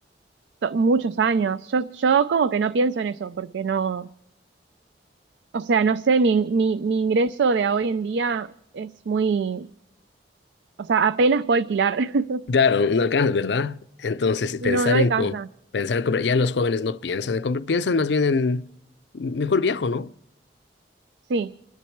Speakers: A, on the right; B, on the left.
A: to- muchos años. Yo, yo como que no pienso en eso, porque no. O sea, no sé, mi, mi, mi ingreso de hoy en día es muy, o sea, apenas puedo alquilar.
B: Claro,
A: <laughs>
B: no alcanza, ¿verdad? Entonces, pensar
A: No, no
B: en
A: alcanza.
B: com- pensar en comprar, ya los jóvenes no piensan en comprar, piensan más bien en mejor viajo, ¿no?
A: Sí.